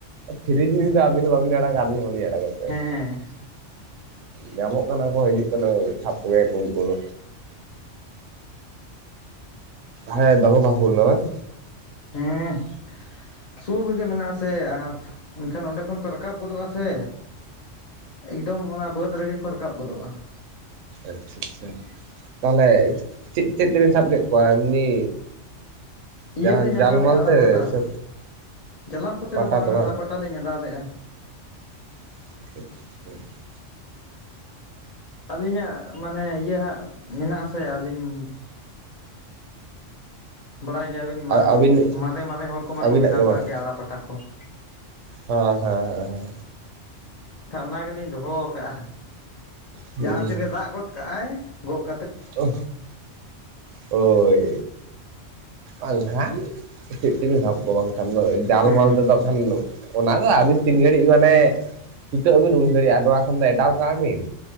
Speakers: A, on the right (about 80°); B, on the left (about 45°).
A: ᱯᱷᱤᱨᱤ ᱡᱤᱱᱤᱥ ᱫᱚ ᱟᱹᱵᱤᱱ ᱦᱚ ᱵᱟᱵᱤᱱ ᱟᱲᱟᱜᱟ ᱟᱹᱞᱤᱧ ᱦᱚᱸ ᱵᱟᱞᱤᱧ ᱟᱲᱟᱜ-ᱟ ᱥᱮ᱾
B: ᱦᱮᱸ
A: ᱧᱟᱢᱚᱜ ᱠᱟᱱᱟ ᱠᱚ ᱦᱤᱡᱩᱜ ᱠᱟᱱᱟ ᱥᱟᱷᱟᱯ ᱠᱚᱜᱮᱭᱟᱠᱚ ᱩᱱᱠᱩ ᱫᱚ᱾ ᱦᱮᱸ ᱫᱚᱢᱮᱠᱚ ᱦᱟᱠᱳ ᱞᱮᱱᱟ ᱵᱟᱝ?
B: ᱦᱮᱸ᱾ ᱥᱩᱨ ᱨᱮᱜᱮ ᱢᱮᱱᱟᱜ-ᱟ ᱥᱮ ᱟᱨ ᱮᱱᱠᱷᱟᱱ ᱚᱸᱰᱮ ᱠᱷᱚᱱ ᱠᱚ ᱨᱟᱠᱟᱵ ᱜᱚᱫᱚᱜᱼᱟ ᱥᱮ᱾ ᱤᱠᱫᱚᱢ ᱚᱱᱟ ᱵᱟᱹᱫᱽ ᱨᱮᱜᱮ ᱠᱚ ᱨᱟᱠᱟᱵ ᱜᱚᱫᱚᱜᱼᱟ ᱾
A: ᱟᱪᱪᱷᱟ ᱟᱪᱪᱷᱟ ᱛᱟᱦᱚᱞᱮ ᱪᱮᱫ ᱪᱮᱫ ᱛᱮᱵᱤᱱ ᱥᱟᱵ ᱠᱮᱫ ᱠᱚᱣᱟ ᱮᱢᱱᱤ
B: ᱤᱭᱟᱹ
A: ᱡᱟᱦᱟᱸ
B: ᱞᱤᱧ
A: ᱡᱟᱞᱢᱟᱞ
B: ᱟᱰᱟᱣ ᱞᱮᱜᱼᱟ ᱟᱲᱟ
A: ᱛᱮ
B: ᱯᱟᱴᱟ᱾
A: ᱥᱮ
B: ᱡᱟᱞᱟᱢ ᱠᱚᱛᱮ
A: ᱯᱟᱴᱟ
B: ᱫᱚ ᱵᱟᱝ
A: ᱛᱮ
B: ᱟᱲᱟ ᱯᱟᱴ ᱴᱟ ᱞᱤᱧ ᱚᱰᱟᱣ ᱞᱮᱜᱼᱟ ᱾
A: <unintelligible>
B: ᱟᱹᱞᱤᱧᱟᱜ ᱢᱟᱱᱮ ᱤᱭᱟᱹ ᱦᱟᱸᱜ ᱢᱮᱱᱟᱜ-ᱟ ᱥᱮ ᱟᱹᱞᱤᱧ ᱵᱟᱲᱟᱭ ᱜᱤᱭᱟᱵᱤᱱ ᱢᱟ
A: ᱟᱹᱵᱤᱱ
B: ᱢᱟᱨᱮ ᱢᱟᱨᱮ ᱦᱚᱲ ᱠᱚᱢᱟ
A: ᱟᱹᱵᱤᱱᱟᱜ
B: ᱠᱚ ᱵᱮᱱᱟᱣ
A: ᱜᱮ
B: ᱠᱟᱜ
A: ᱵᱟᱝ
B: ᱜᱮᱭᱟ ᱟᱲᱟ ᱯᱟᱴᱟ ᱠᱚ ᱾
A: ᱦᱮᱸ ᱦᱮᱸ ᱦᱮᱸ ᱦᱮᱸ᱾
B: ᱦᱮ ᱚᱱᱟ ᱜᱮᱞᱤᱧ ᱫᱚᱦᱚ ᱠᱟᱜᱼᱟ
A: ᱦᱮᱸ
B: ᱡᱟᱦᱟᱸ ᱛᱤᱨᱮ ᱫᱟᱜ ᱜᱚᱫ ᱠᱟᱜᱼᱟᱭ ᱜᱚᱠ
A: ᱳᱻᱦ ᱦᱳ ᱳᱭ ᱵᱟᱝᱠᱷᱟᱱ ᱪᱮᱫ ᱛᱮᱵᱤᱱ ᱥᱟᱵ ᱠᱚᱣᱟ ᱵᱟᱝᱠᱷᱟᱱ ᱫᱚ ᱡᱟᱞ
B: ᱦᱮᱸ
A: ᱢᱟᱞ ᱛᱮᱫᱚ <unintelligible> ᱚᱱᱟ ᱫᱚ ᱟᱵᱤᱱ ᱛᱤᱱ ᱜᱷᱟᱹᱲᱤᱡ ᱢᱟᱱᱮ <unintelligible> ᱟᱹᱵᱤᱱ ᱩᱱ ᱜᱷᱟᱹᱲᱤᱡ ᱟᱨ ᱱᱚᱣᱟ ᱠᱷᱚᱱ ᱫᱚ ᱮᱰᱟᱣ ᱠᱟᱜ-ᱟ ᱵᱤᱱ?